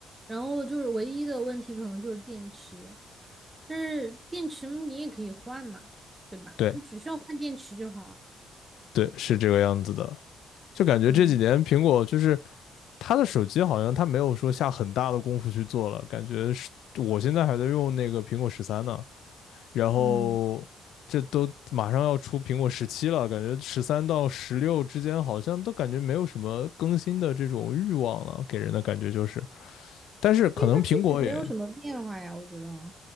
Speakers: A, on the right; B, on the left.
A: 然后就是唯一的问题可能就是电池，但是电池你也可以换嘛，对吧？
B: 对
A: 你只需要换电池就好。
B: 对是这个样子的，就感觉这几年苹果就是
A: 嗯
B: 它的手机好像它没有说下很大的功夫去做了，感觉是我现在还在用那个苹果十三呢，然后这都马上要出苹果十七了，
A: 嗯。
B: 感觉十三到十六之间好像都感觉没有什么更新的这种欲望了，给人的感觉就是，但是可能苹果也
A: 因为它确实没有什么变化呀，我觉得啊